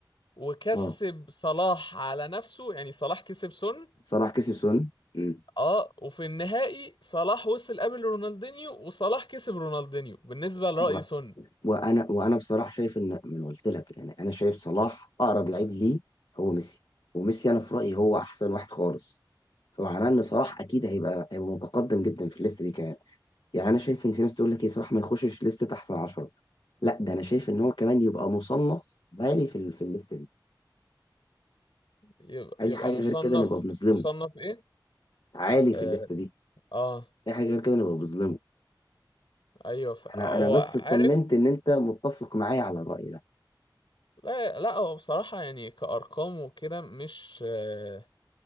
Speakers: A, on the left; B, on the left.
A: وكسب
B: اه
A: صلاح على نفسه يعني صلاح كسب سون
B: صلاح كسب سن مم.
A: اه وفي النهائي صلاح وصل قبل رونالدينيو وصلاح كسب رونالدينيو بالنسبة لرأي
B: و...
A: سون
B: وانا وانا بصراحة شايف ان ما أنا قلت لك يعني انا شايف صلاح اقرب لعيب ليه هو ميسي وميسي انا في رأيي هو احسن واحد خالص فمعناه ان صلاح اكيد هيبقى هيبقى متقدم جدا في الليسته دي كمان يعني انا شايف ان في ناس تقول لك ايه صلاح ما يخشش لستة احسن 10 لا ده انا شايف ان هو كمان يبقى مصنف عالي في ال- في الليسته دي
A: يبقى
B: اي
A: يبقى
B: حاجه
A: مصنف
B: غير كده نبقى بنظلمه
A: مصنف ايه
B: عالي في
A: اه,
B: الليسته دي
A: آه
B: اي حاجه غير كده نبقى بنظلمه
A: ايوه ف...
B: انا
A: هو
B: انا بس اطمنت
A: عارف
B: ان انت متفق معايا على الراي ده
A: لا لا هو بصراحة يعني كأرقام وكده مش آه